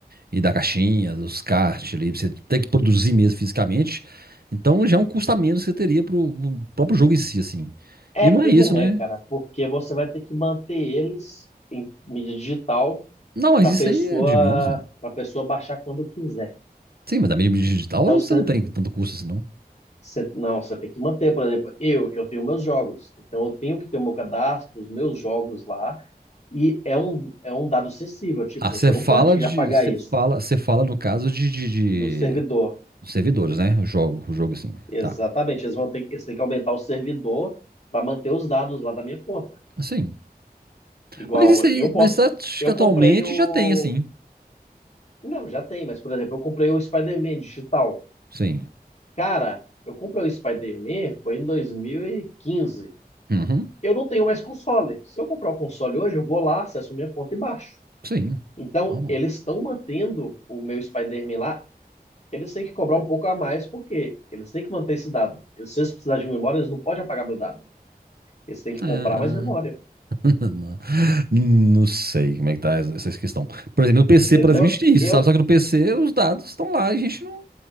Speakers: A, on the right; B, on the left.
A: e da caixinha, dos kart ali, você tem que produzir mesmo fisicamente. Então já é um custo a menos que você teria pro, pro próprio jogo em si, assim.
B: É
A: E não é
B: e
A: isso,
B: não
A: né?
B: é, cara, porque você vai ter que manter eles em mídia digital
A: Não, mas
B: para
A: isso
B: pessoa
A: aí é de menos, né?
B: para pessoa baixar quando quiser.
A: Sim, mas da mídia digital
B: Então você
A: você não tem tanto custo assim, não.
B: você- não, você tem que manter, por exemplo, eu eu tenho meus jogos, então eu tenho que ter o meu cadastro, os meus jogos lá E é um, é um dado sensível, tipo,
A: Ah, você
B: você não
A: fala
B: pode
A: de.
B: apagar
A: Você
B: isso
A: fala, você fala no caso de, de,
B: do servidor.
A: de servidores, né? O jogo, o jogo assim.
B: Exatamente,
A: Tá.
B: eles vão ter, eles têm que aumentar o servidor para manter os dados lá da minha conta.
A: Sim.
B: Igual,
A: Mas isso aí,
B: eu posso,
A: mas acho
B: eu
A: que atualmente
B: comprei o,
A: já tem, assim.
B: não, já tem, mas por exemplo, eu comprei o Spider-Man digital.
A: Sim.
B: Cara, eu comprei o Spider-Man foi em 2015.
A: Uhum.
B: Eu não tenho mais console. Se eu comprar o console hoje, eu vou lá, acesso minha conta e baixo.
A: Sim.
B: Então,
A: Normal.
B: eles estão mantendo o meu Spider-Man lá Eles têm que cobrar um pouco a mais porque eles têm que manter esse dado. E Se eles precisarem de memória, eles não podem apagar meu dado. Eles têm que comprar
A: É...
B: mais memória.
A: <laughs> Não, não sei como é que tá essa essa questão. Por exemplo, no PC,
B: Entendeu?
A: por exemplo, a gente tem isso,
B: Eu.
A: sabe? Só que no PC os dados estão lá, a gente não.